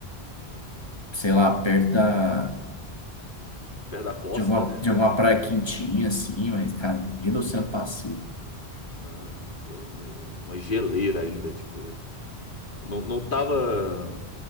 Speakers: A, on the left (about 25°); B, on the left (about 50°).
A: sei lá, perto da,
B: Perto da costa,
A: de alguma,
B: né?
A: de alguma praia quentinha, assim, mas, cara, no meio do Oceano Pacífico.
B: Não, não, pelo amor de Deus. Uma geleira ainda, tipo. Não, não tava.